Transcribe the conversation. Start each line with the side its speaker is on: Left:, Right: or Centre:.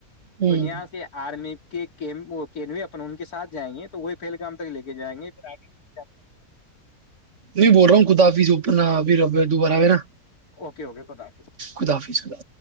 Right: ہوں
Left: تو یہاں سے آرمی کینوی اپ ان کے ساتھ جائیں گے تو وہی پہلگام تک لے کے جائیں گے گے کی میں یاا کر
Right: میں بول رہا ہوں خداف جو اپنا ر دوبارہ نا
Left: اوکے اوکے کوتا حف ہی
Right: خدا حافظ خدا